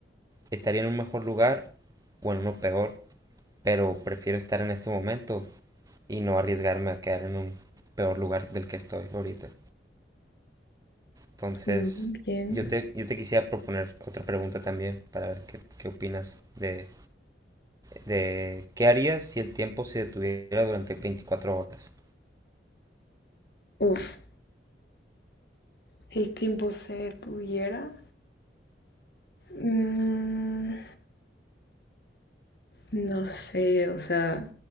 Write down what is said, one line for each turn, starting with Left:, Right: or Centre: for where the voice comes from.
Right: estaría en un mejor lugar o en uno peor, pero prefiero estar en este momento y no arriesgarme a quedar en un peor lugar del que estoy ahorita. Entonces,
Left: Mm, Bien.
Right: yo te, yo te quisiera proponer otra pregunta también para ver qué, qué opinas de, de qué harías si el tiempo se detuviera durante 24 horas.
Left: Uf, si el tiempo se detuviera. mm, No sé, o sea,